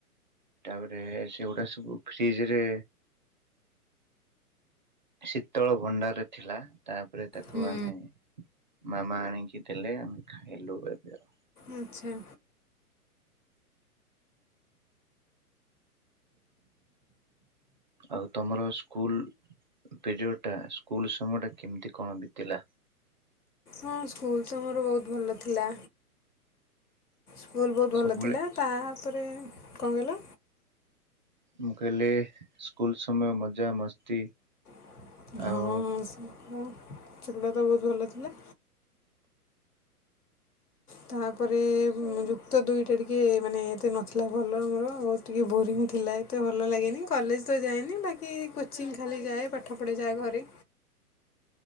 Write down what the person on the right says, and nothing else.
ତା ପରେ ସେଗୁଡା ସବୁ ଫ୍ରିଜ ରେ ଶୀତଳ ଭଣ୍ଡାରରେ ଥିଲା ତାପରେ ତାକୁ
ଆମେ ମାମା ଆଣିକି ଦେଲେ ଆମେ ଖାଇଲୁ ଏବେ ଆଉ।
ଆଉ ତମର ସ୍କୁଲ୍ ପିରିୟଡ଼ଟା ସ୍କୁଲ୍ ସମୟ ଟା କେମିତି କଣ ବିତିଲା?
ସବୁବେଳେ
ମୁଁ କହିଲି ସ୍କୁଲ୍ ସମୟ ମଜା ମସ୍ତି
ଆଉ